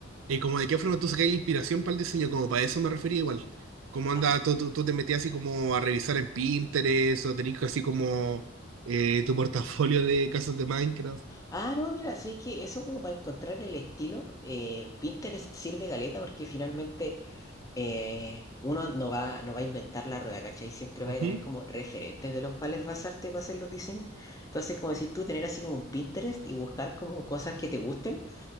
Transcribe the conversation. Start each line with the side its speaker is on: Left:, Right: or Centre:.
Right: eh, como de qué forma tú sacáis la inspiración para el diseño, como para eso me refería igual. ¿Cómo anda,
Left: Ah,
Right: tú, tú, tú te metías así como a revisar en Pinterest o tenías así como eh, tu portafolio de casas de Minecraft?
Left: ah, no, mira, sí que eso como para encontrar el estilo, eh, Pinterest sirve galeta porque finalmente eh, uno no va, no va a inventar la rueda, ¿cachai? Siempre va
Right: Ujú.
Left: a tener como referentes de los cuales basarte para hacer los diseños. Entonces, como si tú tener así como un Pinterest y buscar como cosas que te gusten